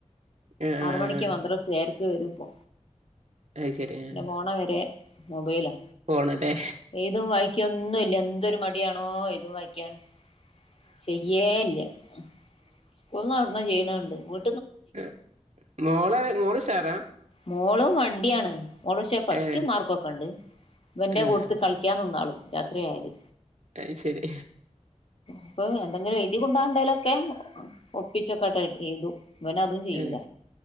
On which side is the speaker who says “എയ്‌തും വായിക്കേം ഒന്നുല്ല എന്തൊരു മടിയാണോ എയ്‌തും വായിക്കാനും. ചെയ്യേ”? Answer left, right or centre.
Left